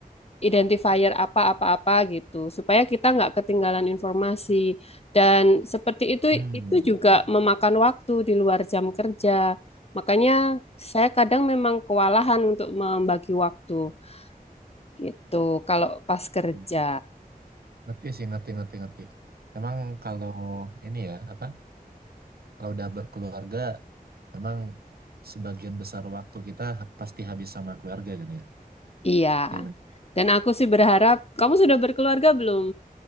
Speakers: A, on the left; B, on the right.
A: identifier apa-apa-apa gitu, supaya kita nggak ketinggalan informasi. Dan seperti itu,
B: Hmm,
A: itu
B: ya, ya,
A: juga
B: ya.
A: memakan waktu di luar jam kerja. Makanya saya kadang memang kewalahan untuk membagi waktu gitu kalau pas kerja.
B: Hmm. Ngerti sih, ngerti, ngerti, ngerti. Emang kalau ini ya, apa? Kalau udah berkeluarga, memang sebagian besar waktu kita ha- pasti habis sama keluarga kan ya?
A: Iya.
B: Ya, men-
A: Dan aku sih berharap kamu sudah berkeluarga belum?